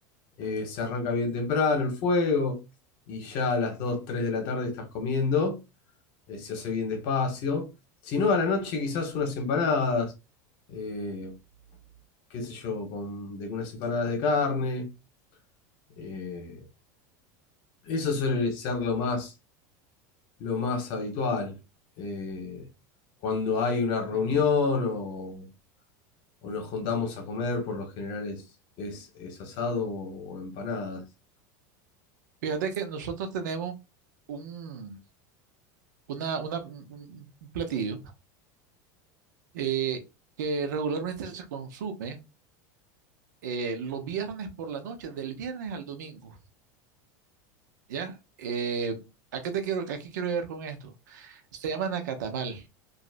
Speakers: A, on the left; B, on the right.
A: eh, se arranca bien temprano el fuego y ya a las 2 3 de la tarde estás comiendo, eh, se hace bien despacio. Si no, a la noche quizás unas empanadas, eh, qué sé yo, con de, unas empanadas de carne. eh, eso suele ser lo más, lo más habitual. eh, cuando hay una reunión
B: ujú.
A: o, o nos juntamos a comer, por lo general es, es, es asado o, o empanadas.
B: Fíjate que nosotros tenemos un, una, una- un un platillo eh, que regularmente se consume. eh, los viernes por la noche, del viernes al domingo, ¿ya? Eh, ¿a qué te quiero, aquí quiero llegar con esto? Se llama nacatamal.